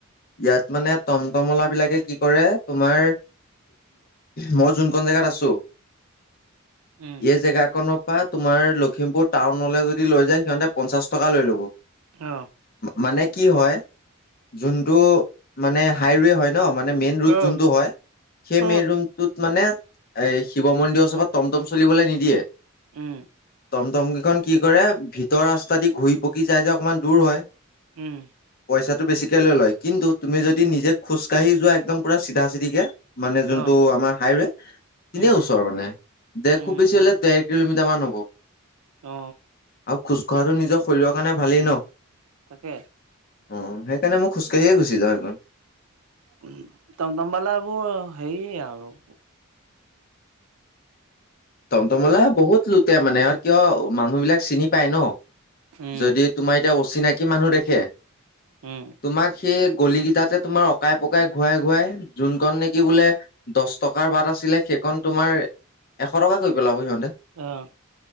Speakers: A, on the left (about 45°); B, on the right (about 80°).
A: ইয়াত মানে টমটমলা বিলাকে কি কৰে তোমাৰ। মই যোনখন জেগাত আছো।
B: উম,
A: এই জেগাখনৰ পৰা তোমাৰ লখিমপুৰ টাউনলৈ যদি লৈ যায়। সিহঁতে পঞ্চাশ টকা লৈ ল'ব।
B: অ,
A: মানে কি হয়, যোনটো মানে হাইৱে হয়। ন, মানে মেইন ৰৰু
B: অ',
A: যোনটো হয় সেই
B: অ'।
A: মেইন ৰুটোত। মানে এ, শিৱ মন্দিৰৰ চভাত টমটম চলিবলৈ নিদিয়ে।
B: উম,
A: টমটমকিখন কি কৰে ভিতৰ ৰাস্তা দি ঘূৰি পকি যাই যে অকণমান দূৰ হয়।
B: উম,
A: পইচাটো বেছিকে লৈ লয় কিন্তু তুমি যদি নিজে খোজ কাঢ়ি যোৱা একম পু চিধা চিধিকে। মানে যোনটো
B: অ',
A: আমাৰ হাইৱে
B: উম,
A: নে ওচৰ মানে, দে
B: উম,
A: খুব বেছি
B: উম,
A: হললে দেেৰ কিলোমিট। নামা হ'ব।
B: অ,
A: আৰু খোজকঢ়াটো নিজৰ শৰীৰৰ কাৰণে ভালেই ন অ,
B: তাকে
A: স সেইকাৰণে মই খোজকাঢিয়ে গুছ যাওঁ সেই কন।
B: উ, তমতমবালা বোৰ হেইৰি আৰু।
A: টমটমলা বহুত লুটতেে মানে আৰু কিয় মানুহ বিলাক চিনি পায় ন।
B: উম,
A: যদি তোমাৰ এতিয়া অচিনাকি মানুহ দেখে।
B: উম,
A: তোমাক সেই গলি কেইটাতে তোমাৰ অকাই পকাই ঘূুৱাই ঘূুৱাই যোনখনণ নেকি বোলে দহ টকাৰ বাট আছে। সেই কন, তোমাৰ এশটকা কৰি পালাব সিহ
B: উম',